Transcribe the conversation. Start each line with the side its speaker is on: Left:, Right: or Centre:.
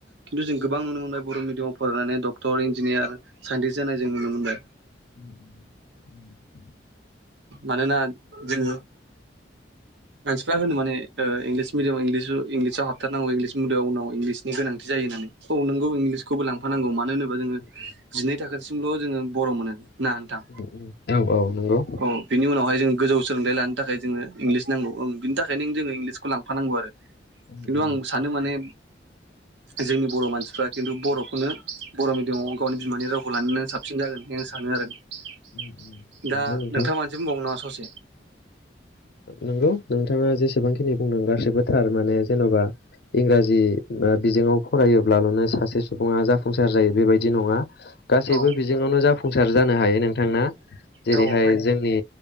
Right: खिन्थु जों गोबां नुनो मोनबाय बर' मिडियामाव फरायनानै डक्टर इन्जिनियार साइन्टिस्ट जानाय जों नुनो मोनबाय।
Left: उम
Right: मानोना जोङो मानसिफ्रा होनो माने इंलिस मिडियाम इंलिस इंलिसाव हाबथारनौ इंलिस मिडिाम उनाव इंलिसनि गोनांथि जायो होननानै औ नोंगौ इंलिसखौबो लांफानांगौ मानो होनोबा जोङो
Left: उम उम
Right: जिनै थाखासिमल' जोङो बर' मोनो। ना नोंथां
Left: उम उम औ औ नंगौ
Right: औ बिनि उनावहाय जों गोजौ सोलोंथाइ लानो थाखाय जोङो इंलिस नांगौ ओ बिनि थाखायनो जोङो इंलिसखौ लांफानांगौ आरो।
Left: उम
Right: खिन्थु
Left: उम
Right: आं सानो माने
Left: <inaudible>
Right: जोंनि बर' मानसिफ्रा खिन्थु बर'खौनो बर' मिडियामाव गावनि बिमानि रावखौ लानानै साबसिन जागोन होननानै आं सानो आरो
Left: उम उम नंगौ
Right: दा
Left: नोंथां
Right: नोंथाङ माबा मोनसे ससे बुंबाव नामा ससे
Left: नंगौ नोंथाङा जेसेबांखिनि बुंदों गासिबोथार माने जेन'बा इंराजि बिजोंआव फरायोब्लाल'नो सासे सुबुङा जाफुंसार जायो। बेबायदि नङा गासैबो
Right: औ
Left: बिजोङावनो जाफुंसार जानो हायो नोंथां जेरैहाय
Right: औ औ हायो
Left: जोंनि